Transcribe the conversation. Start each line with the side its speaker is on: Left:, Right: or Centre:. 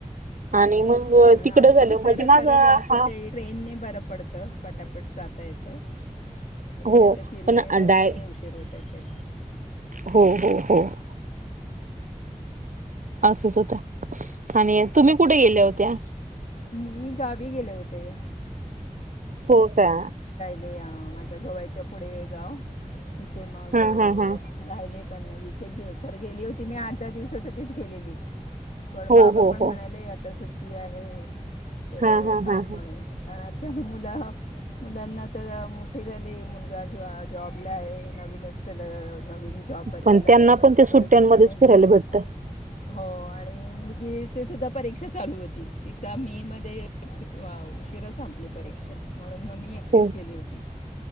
Right: आणि मग
Left: कारण
Right: तिकडं
Left: असं
Right: झालं म्हणजे
Left: तर
Right: माझा
Left: खरं ब कुठे
Right: हा
Left: ट्रेन ने बरं पडतं पटापट ता येतोय पण
Right: हो
Left: हि आता फिरू
Right: पण
Left: येत असल्यामुळे
Right: डाय
Left: उशीर होत असेल
Right: हो हो हो <unintelligible> आसच होत आणि तुम्ही कुठ गेल्या होत्या
Left: मी गावी गेले होते
Right: हो का
Left: <unintelligible> माझ्या गोव्याच्या पुढेय गाव तिथे मग
Right: हा हा हा
Left: राहिले <unintelligible> वीस एक दिवस खरं गेली होती मी आठ दहा दिवसासाठीच गेलेली पण
Right: हो
Left: बाबा
Right: हो
Left: पण
Right: हो
Left: म्हणाले आता सुट्टी आहे तर
Right: हा हा
Left: थांब
Right: हा
Left: म्हणून कारण आ त्या मुलं <unintelligible> मुलांना तर मोठी झाली मुलगा जॉ- जॉबला आहे नवीनच <unintelligible> नवीन जॉब बदलला
Right: पण त्यांना
Left: त्यानी
Right: पण ते सुट्ट्यांमध्येच
Left: त्याला सुट्टी नाही मिळाली
Right: फिरायला भेटतं.
Left: हो आणि <unintelligible> गेचेसुद्धा परीक्षा चालू होती तिथला मीमध्ये उशिरा संपली परीक्षा म्हणून मग मी एकटीच
Right: हो
Left: गेली होती